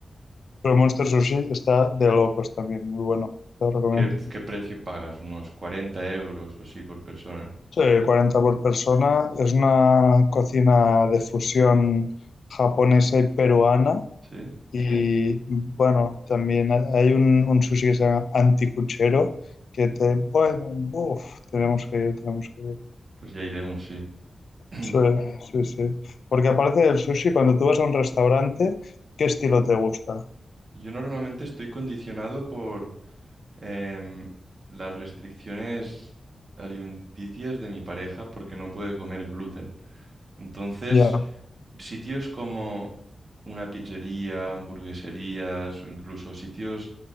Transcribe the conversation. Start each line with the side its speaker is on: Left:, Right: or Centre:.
Left: pero Monster Sushi está de locos también, muy bueno, te lo recomiendo.
Right: ¿Qué, qué precio pagas? Unos 40 euros o así por persona.
Left: Sí, 40 por persona. Es una cocina de fusión japonesa y peruana.
Right: ¿Sí?
Left: Y bueno, también ha- hay un, un sushi que se llama anticuchero, que te, bueno, uf, tenemos que ir, tenemos que ir.
Right: Pues ya iremos, sí. <clears throat>
Left: Sí, sí, sí. Porque aparte del sushi, cuando tú vas a un restaurante, ¿qué estilo te gusta?
Right: Yo normalmente estoy condicionado por em, las restricciones alimenticias de mi pareja porque no puede comer gluten. Entonces,
Left: Ya,
Right: sitios como una pizzería, hamburgueserías o incluso sitios